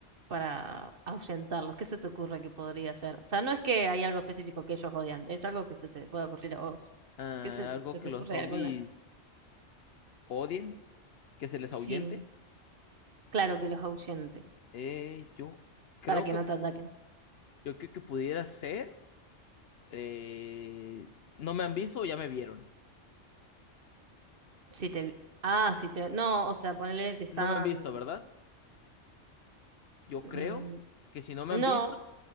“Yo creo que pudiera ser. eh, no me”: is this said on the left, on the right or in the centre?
Left